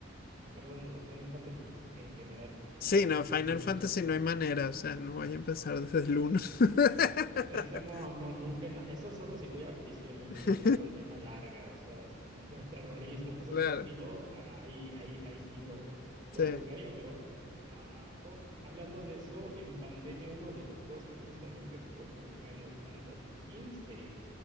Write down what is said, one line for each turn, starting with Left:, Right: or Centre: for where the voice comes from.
Right: Eh, perdón, los Final Fantasy en general.
Left: sí,
Right: Em,
Left: no, Final Fantasy no hay manera, o sea, no voy a empezar desde el uno <laughs>
Right: Exacto, no, no, nunca en la... Eso solo si voy a prisión y es
Left: <laughs>
Right: una condena larga, o sea, es- es por terrorismo, cosas
Left: Claro,
Right: de estilo, ahí, ahí, ahí sí lo, lo
Left: sí,
Right: jugaría, pero ah, o- hablando de eso, en pandemia uno de los juegos que justamente jugué fue Final Fantasy quince